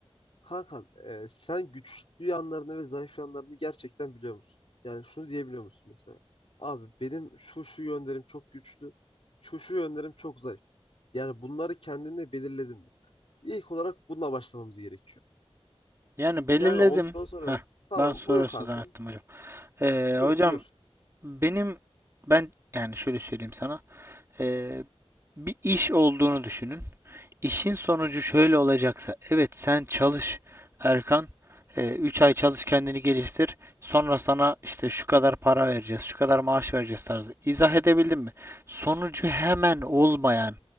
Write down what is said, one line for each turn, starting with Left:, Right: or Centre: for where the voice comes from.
Left: Kankam, e, sen güçlü yanlarını ve zayıf yanlarını gerçekten biliyor musun? Yani şunu diyebiliyor musun mesela? Abi benim şu şu yönlerim çok güçlü, şu şu yönlerim çok zayıf. Yani bunları kendine belirledin mi? İlk olarak bununla başlamamız gerekiyor.
Right: Yani belirledim.
Left: Yani ondan sonra
Right: Heh,
Left: tamam
Right: ben soruyorsun
Left: buyur kankam.
Right: zannettim hocam. Ee,
Left: Buyur
Right: hocam
Left: buyur.
Right: benim ben yani şöyle söyleyeyim sana. Ee, bir iş olduğunu düşünün. İşin sonucu
Left: Hadi.
Right: şöyle olacaksa, evet sen çalış Erkan, e, 3 ay çalış kendini geliştir, sonra sana işte şu kadar para vereceğiz, şu kadar maaş vereceğiz tarzı. İzah edebildim mi? Sonucu hemen olmayan